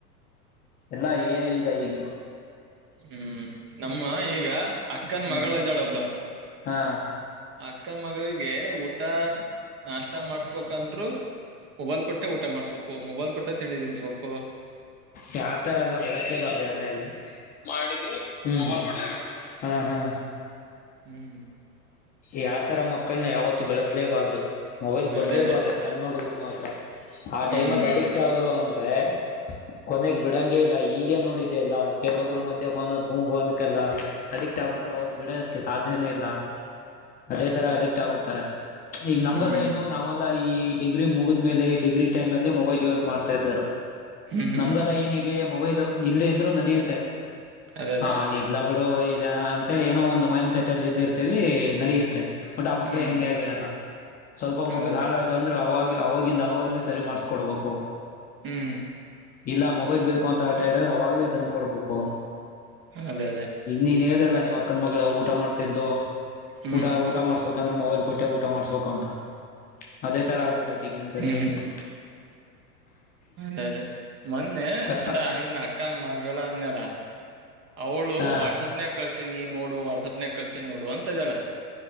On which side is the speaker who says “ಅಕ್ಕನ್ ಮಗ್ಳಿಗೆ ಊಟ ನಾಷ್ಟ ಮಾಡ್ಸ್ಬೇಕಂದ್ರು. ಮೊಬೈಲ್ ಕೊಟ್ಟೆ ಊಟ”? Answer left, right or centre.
Right